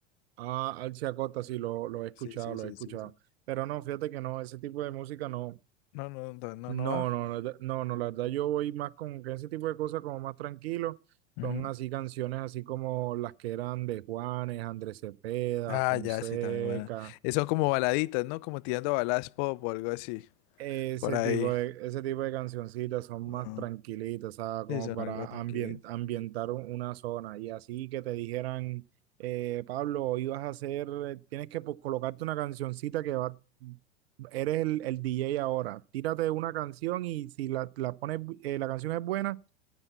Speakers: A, on the right; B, on the left.
A: Ah, Alcia Costa sí lo, lo he escuchado,
B: Sí, sí,
A: lo
B: sí,
A: he escuchado.
B: sí, sí.
A: Pero no, fíjate que no, ese tipo de música no.
B: No, no, no, no,
A: No,
B: no va.
A: no, la verdad- no, no, la verdad yo voy más con que ese tipo de cosas como más tranquilo.
B: Ujú.
A: Son así canciones así como las que eran de Juanes, Andrés Cepeda,
B: Ah,
A: Fonseca.
B: ya, sí, también van. Eh, Son como baladitas, ¿no? Como tirando a baladas pop o algo así,
A: Ese
B: por ahí.
A: tipo de, ese tipo de cancioncitas son
B: Ujú.
A: más tranquilitas, ¿sabes? Como
B: Sí, son
A: para
B: algo tranquilo.
A: ambien- ambientar un- una zona. Y así que te dijeran, eh, Pablo, hoy vas a hacer, eh, tienes que pues, colocarte una cancioncita que va, eres el, el DJ ahora. Tírate una canción y si la, la pones, bu- eh, la canción es buena,